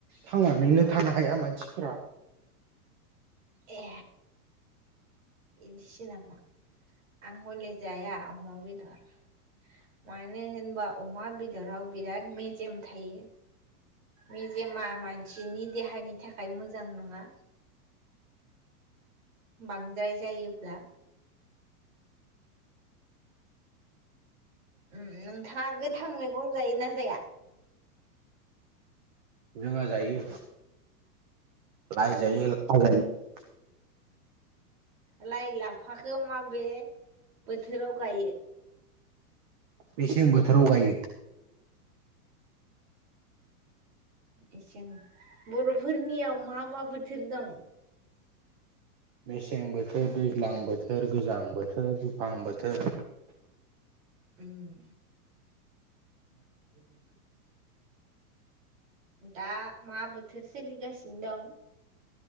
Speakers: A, on the right (about 30°); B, on the right (about 55°).
A: थांनानैनो थानो हाया मानसिफोरा
B: ए। बिदिसो नामा आं हले जाया अमा बेदर मानो होनबा अमा बेदराव बिराद मेजेम थायो मेजेमा मानसिनि देहानि थाखाय मोजां नङा। बांद्राय जायोब्ला उम उ नोंथाङा गोथां मैगं जायो ना जाया?
A: जोंहा जायो लाइ जायो लाफा जायो।
B: लाइ लाफखौ माबे बोथोराव गायो।
A: मेसें बोथोराव गायो।
B: एसेम बर'फोरनियाव मा मा बोथोर दं?
A: मेसें बोथोर दैज्लां बोथोर गोजां बोथोर दुफां बोथोर।
B: उम। <unintelligible> दा मा बोथोर सोलिगासिनो दं?